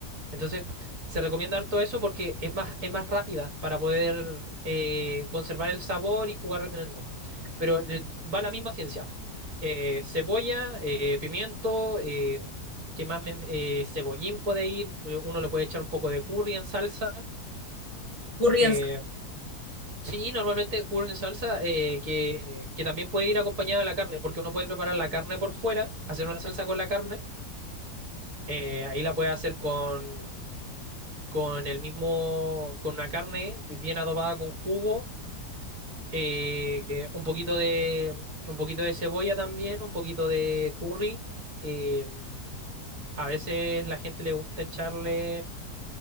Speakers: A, on the right (about 55°); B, on the left (about 30°).
A: Entonces, se recomienda harto eso porque es más, es más rápida para poder eh, conservar el sabor y jugar. en el- huevo. Pero el- va la misma ciencia. Eh, cebolla, eh, pimiento, eh, ¿qué más? me- eh, cebollín puede ir, uno le puede echar un poco de curry en salsa.
B: Curry
A: eh,
B: en salsa.
A: Sí, normalmente ocurre en salsa eh, que, que también puede ir acompañada de la carne, porque uno puede preparar la carne por fuera, hacer una salsa con la carne, eh, ahí la puede hacer con, con el mismo, con una carne bien adobada con jugo, eh, eh, un poquito de, un poquito de cebolla también, un poquito de curry. eh, a veces la gente le gusta echarle